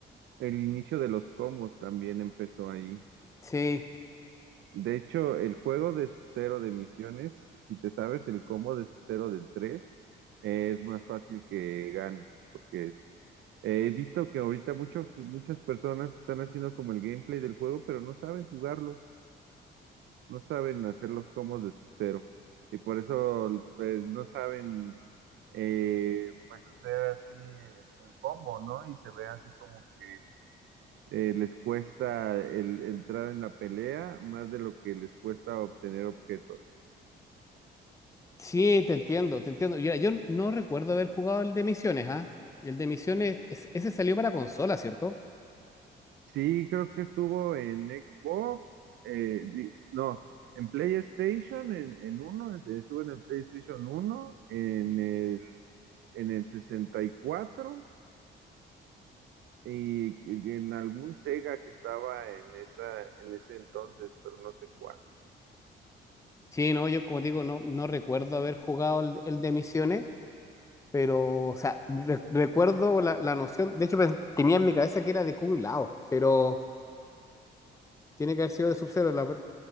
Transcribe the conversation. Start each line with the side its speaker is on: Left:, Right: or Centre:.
Right: El inicio de los combos también empezó ahí.
Left: Sí,
Right: De hecho, el juego de Sub-Zero de misiones, si te sabes el combo de Sub-Zero del 3, eh, es más fácil que ganes, porque eh, he visto que ahorita mucho- muchas personas están haciendo como el gameplay del juego, pero no saben jugarlo, no saben hacer los combos de Sub-Zero, y por eso pues, no saben eh, pues hacer así el, el combo, ¿no? Y se ve así como que eh, les cuesta el entrar en la pelea más de lo que les cuesta obtener objetos.
Left: Sí, te entiendo, te entiendo. Mira, yo no recuerdo haber jugado el de Misiones, ¿ah? El de Misiones, es- ese salió para consola, ¿cierto?
Right: Sí, creo que estuvo en Xbox, eh, di- no, en PlayStation, en, en uno, es- estuvo en el PlayStation uno, en el, en el 64 y en algún Sega que estaba en esa, en ese entonces, pero no sé cuál.
Left: Sí, no, yo como digo, no, no recuerdo haber jugado el, el de Misiones, pero, o sea, re- recuerdo la, la noción, de hecho pen- tenía en mi cabeza que era de Kung Lao, pero tiene que haber sido de Sub-Zero, la ver-